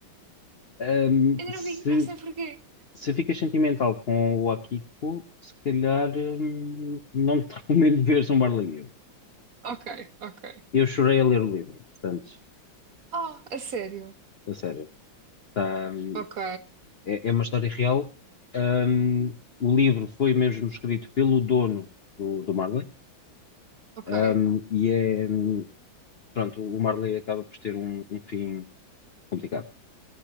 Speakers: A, on the left; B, on the right.
A: Ahm,
B: Ainda
A: se,
B: não vi, não sei porquê.
A: se ficas sentimental com o Akiko, se calhar hum, não te <laughs> recomendo veres o Marley e eu.
B: Ok, ok.
A: Eu chorei a ler o livro, portanto,
B: Oh, a sério?
A: a sério. Tá, hum,
B: Ok,
A: é, é uma história real. Hum, o livro foi mesmo escrito pelo dono do, do Marley
B: ok.
A: Um, e é, pronto, o Marley acaba por ter um, um fim complicado.